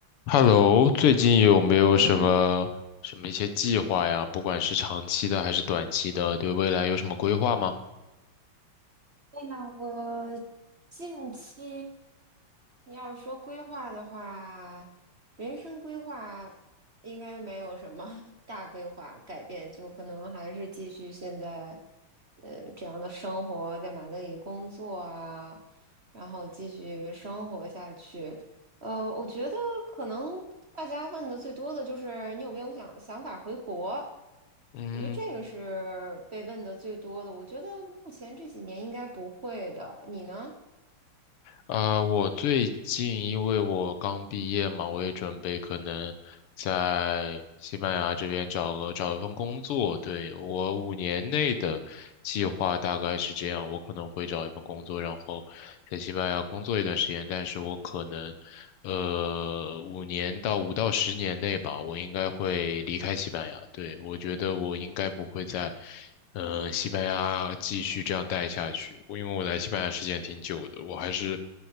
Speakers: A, on the left (about 85°); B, on the right (about 35°).
A: Hello，最近有没有什么什么一些计划呀？
B: 嗯，
A: 不管是长期的还是短期的，对未来有什么规划吗？
B: 哎呀，我近期你要是说规划的话，人生规划应该没有什么 <laughs> 大规划改变，就可能还是继续现在，呃，这样的生活，在马德里工作啊，然后继续生活下去。呃，我觉得可能大家问的最多的就是你有没有想想法回国？
A: 嗯。
B: 我觉得这个是被问的最多的。我觉得目前这几年应该不会的。你呢？
A: 啊，我最近因为我刚毕业嘛，我也准备可能在西班牙这边找个找一份工作。对，我五年内的计划大概是这样，我可能会找一份工作，然后在西班牙工作一段时间。但是我可能，呃，五年到五到十年内吧，我应该会离开西班牙。对，我觉得我应该不会在嗯，呃西班牙继续这样待下去，我因为我来西班牙时间挺久的，我还是